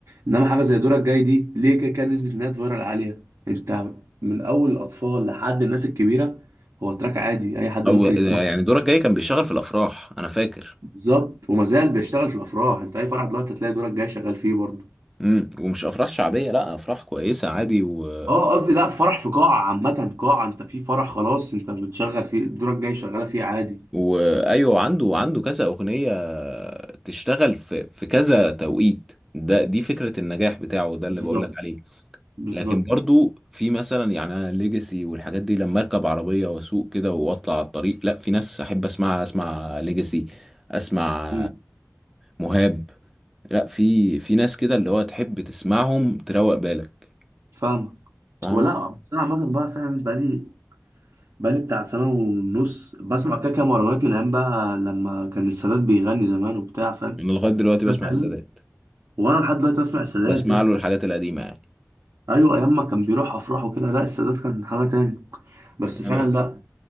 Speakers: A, on the right (about 70°); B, in the centre.
A: انما حاجه زي دورك جاي دي ليه كده كده نسبه انها فايرال عاليه انت من اول الاطفال لحد الناس الكبيره هو تراك عادي اي حد
B: او
A: ممكن يسمعه
B: يعني دورك جاي كان بيشتغل في الافراح انا فاكر
A: بالظبط وما زال بيشتغل في الافراح انت اي فرح دلوقتي هتلاقي دورك جاي شغال فيه برضه
B: امم ومش افراح شعبيه لا افراح كويسه عادي و...
A: اه قصدي لا فرح في قاعه عامه قاعه انت في فرح خلاص انت بتشغل فيه دورك جاي شغاله فيه عادي
B: وايوه عنده عنده كذا اغنيه تشتغل في في كذا توقيت ده دي فكره النجاح بتاعه ده اللي
A: بالظبط
B: بقول لك عليه
A: بالظبط
B: لكن برضو في مثلا يعني ليجاسي والحاجات دي لما اركب عربيه واسوق كده واطلع على الطريق لا في ناس احب اسمعها اسمع ليجاسي اسمع
A: امم
B: مهاب لا في في ناس كده اللي هو تحب تسمعهم تروق بالك
A: فاهمك
B: فاهمك
A: ولا بس انا عامه بقى فعلا بقالي بقالي بتاع سنه ونص بسمع كده كده مهرجانات من ايام بقى لما كان السادات بيغني زمان وبتاع فاهم
B: انا لغايه دلوقتي بسمع
A: أنا فعلا
B: السادات
A: وانا لحد دلوقتي بسمع السادات
B: بسمع
A: يا اسطى
B: له الحاجات القديمه يعني
A: ايوه ايام ما كان بيروح افراح وكده لا السادات كان حاجه تاني بس فعلا
B: انا
A: لا